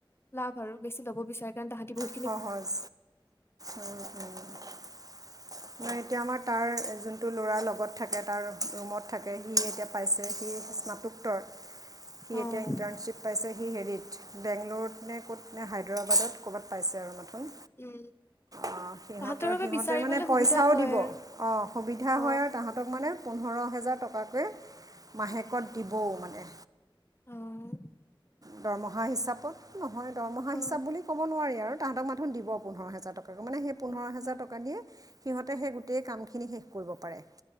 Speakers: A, on the left; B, on the right.
A: লাভ আৰু। বেছি ল'ব বিচাৰে কাৰেণ তাহাঁতি বহুত
B: সহজ। মই এতিয়া আমাৰ তাৰ যোনটো ল'ৰাৰ লগত থাকে, তাৰ ৰুমত থাকে। সি এতিয়া পাইছে সি স্নাতোকোত্তৰ।
A: <inaudible>
B: সি
A: অ'
B: এতিয়া ইণ্টাৰ্ণশ্বিপ পাইছে, সি হেৰিত বেংগলোৰত নে ক'ত নে হায়দৰাবাদত ক'ৰবাত পাইছে আৰু মাঠোন।
A: উম
B: অ' সিহঁতৰ
A: তাহাঁতৰ বাবে
B: সিহঁতে
A: বিচাৰিবলৈ
B: মানে
A: সুবিধা
B: পইচাও
A: হয়
B: দিব অ' সুবিধা
A: অ',
B: হয় আৰু তাহাঁত তক মানে পোন্ধৰ হেজাৰ টকাকৈ মাহেকত দিবও মানে।
A: অ'।
B: দৰমহা হিচাপত নহয় দৰমহা
A: অ',
B: হিচাপ বুলি ক'ব নোৱাৰি আৰু তাহাঁতক মাঠোন দিব পোন্ধৰ হেজাৰ টকা। মানে সেই পোন্ধৰ
A: উম,
B: হোজাৰ
A: উম,
B: টকা দিয়ে সিহঁতে সেই গোটেই কামখিনি শেষ কৰিব পাৰে।